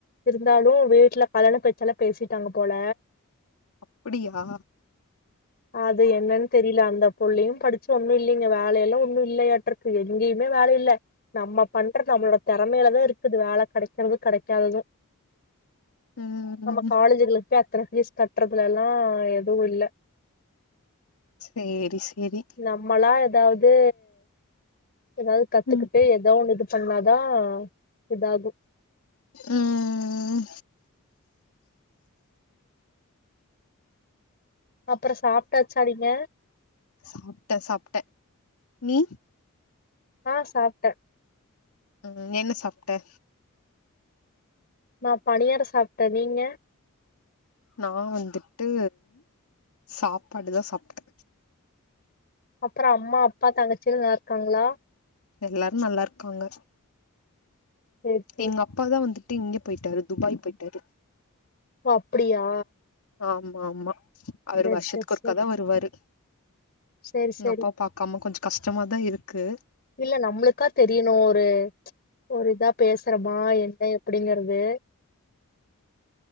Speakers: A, on the left; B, on the left.
A: இருந்தாலு வீட்ல கல்யாண பேச்சல்லா பேசிட்டாங்க போல
B: அப்படியா
A: அது என்னன் தெரியல அந்த புள்ளையும் படிச்சு ஒன்னு இல்லேங்க வேலையெல்லா ஒன்னு இல்லையாட்ருக்கு எங்கேயுமே வேல இல்ல நம்ம பண்றது நம்மளோட தெறமையிலதா இருக்குது வேல கெடைக்கிறது கெடைக்காதது
B: ம்
A: நம்ம காலேஜ்களுக்கு அத்தன பீஸ் கட்டுறதுலல்லா எதுவு இல்ல
B: சேரி சேரி
A: நம்மளா ஏதாவது ஏதாவது கத்துக்கிட்டு
B: ம்
A: ஏதோ ஒண்ணு இது சொன்னாதா இதாகு
B: ம்ம்
A: அப்ற சாப்பிட்டாச்சா நீங்க
B: சாப்ட சாப்ட நீ
A: ஆ சாப்ட்டே
B: ம் என்ன சாப்ட்ட
A: நா பனியார சாப்ட்டே நீங்க
B: நா வந்துட்டு சாப்பாடுதா சாப்ட்டே
A: அப்றோ அம்மா அப்பா தங்கச்சில்லா நல்லா இருக்காங்ளா
B: எல்லாரு நல்லா இருக்காங்க
A: சேர்
B: எங்க அப்பாதா வந்துட்டு இங்க போயிட்டாரு துபாய் போயிட்டாரு
A: ஓ அப்படியா
B: ஆமா ஆமா அவரு
A: சேரி
B: வருஷத்துக்கு
A: சேரி
B: ஒருக்காதா
A: சேரி
B: வருவாரு
A: சேரி
B: எங்க
A: சேரி
B: அப்பா பாக்காம கொஞ்ச கஷ்டமாதா இருக்கு
A: எ நம்மளுக்கா தெரியணு ஒரு ஒரு இதா பேசறமா என்ன எப்டிங்கறது